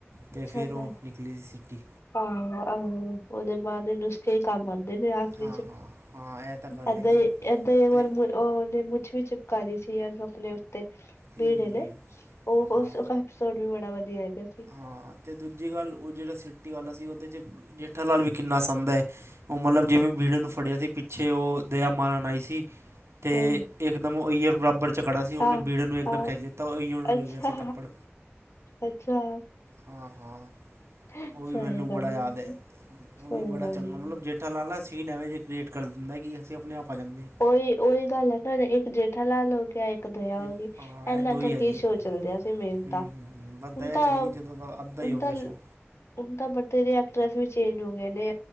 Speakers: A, on the right; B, on the left.
A: ਤੇ ਫਿਰ
B: ਅੱਛਾ
A: ਉਹ ਨਿਕਲੀ ਸੀ ਸਿਟੀ।
B: ਆਹੋ ਆਹੋ ਉਹਦੇ ਮਾਂ ਦੇ ਨੁਸਖੇ ਹੀ ਕੰਮ ਆਉਂਦੇ ਨੇ ਆਖਰ
A: ਹਾਂ
B: ਵਿੱਚ।
A: ਹਾਂ ਹਾਂ ਇਹ ਤਾਂ ਗੱਲ
B: ਏਦਾ
A: ਹੈਗੀ
B: ਹੀ
A: ਹੈ
B: ਏਦਾਂ ਹੀ ਇੱਕ
A: ਤੇ
B: ਵਾਰ ਮੁੜ ਉਹਨੇ ਮੁੱਛ ਵੀ ਚਿਪਕਾਲੀ ਸੀ ਆਪਣੇ ਉੱਤੇ
A: ਹੂੰ
B: ਬੀੜੇ
A: ਹੂੰ
B: ਨੇ
A: ਹੂੰ
B: ਉਹ
A: ਹਾਂ
B: ਉਸ ਐਪਸੋਡ ਵੀ ਬੜਾ ਵਧੀਆ ਹੈਗਾ ਸੀ।
A: ਹਾਂ ਤੇ ਦੂਜੀ ਗੱਲ ਉਹ ਜਿਹੜਾ ਸਿਟੀ ਵਾਲਾ ਸੀ ਉਹਦੇ 'ਚ ਜੇਠਾਲਾਲ ਵੀ ਕਿੰਨਾ ਸੌਦਾ ਹੈ। ਉਹ ਮਤਲਬ ਜਿਵੇਂ ਬੀੜੇ ਨੂੰ ਫੜਿਆ ਸੀ ਪਿੱਛੇ ਉਹ ਦਇਆ ਮਾਰਨ ਆਈ ਸੀ। ਤੇ
B: ਹਾਂ
A: ਇਕਦਮ ਉਹ ਈਅਰ ਬਰਾਬਰ ਝਗੜਾ ਸੀ ਉਹਨੇ
B: ਹਾਂ
A: ਬੀੜੇ ਨੂੰ ਇੱਕਦਮ
B: ਹਾਂ
A: ਖਹਿ ਲਤਾ ਉਹ ਈਅਰ ਨੂੰ
B: ਅੱਛਾ
A: ਲੱਗਿਆ ਸੀ ਥਪੜ
B: ਅੱਛਾ।
A: ਹਾਂ ਹਾਂ
B: ਸਹੀ
A: ਉਹ ਵੀ ਮੈਨੂੰ
B: ਗੱਲ
A: ਬੜਾ ਯਾਦ ਹੈ
B: ਸਹੀ
A: ਉਹ ਵੀ ਬੜਾ
B: ਗੱਲ
A: ਚੰਗਾ ਮਤਲਬ
B: ਹੈ
A: ਜੇ ਜੇਠਾ ਲਾਲ ਸੀਨ ਐਵੇ ਜੇ ਕ੍ਰੀਏਟ ਕਰ ਦਿੰਦਾ ਕਿ ਹਸੀਂ ਆਪਣੇ ਆਪ ਆ ਜਾਂਦੇ ਹਾਂ।
B: ਉਹੀ ਉਹੀ ਗੱਲ ਸਾਡੇ ਇੱਕ ਜੇਠਾ ਲਾਲ ਹੋ ਗਿਆ ਇੱਕ ਦਇਆ
A: ਇਹ
B: ਹੋ ਗਈ
A: ਹਾਂ
B: ਇਨਾ
A: ਇਹ ਦੋ ਹੀ
B: ਕਰਕੇ
A: ਹੈਗੇ
B: ਸ਼ੋਅ ਚੱਲਦਾ ਸੀ ਮੇਨ
A: ਹੂੰ
B: ਤਾਂ।
A: ਹੂੰ ਹੂੰ ਬਸ
B: ਹੁਣ
A: ਦਇਆ
B: ਤਾਂ
A: ਚਲੀ ਗਈ ਜਦੋਂ ਦਾ ਅੱਧਾ
B: ਹੁਣ
A: ਹੀ ਹੋ
B: ਤਾਂ
A: ਗਿਆ ਸ਼ੋਅ
B: ਹੁਣ ਤਾਂ ਬਥੇਰੇ ਐਕਟ੍ਰਸ ਵੀ ਚੇਂਜ ਹੋ ਗਏ ਨੇ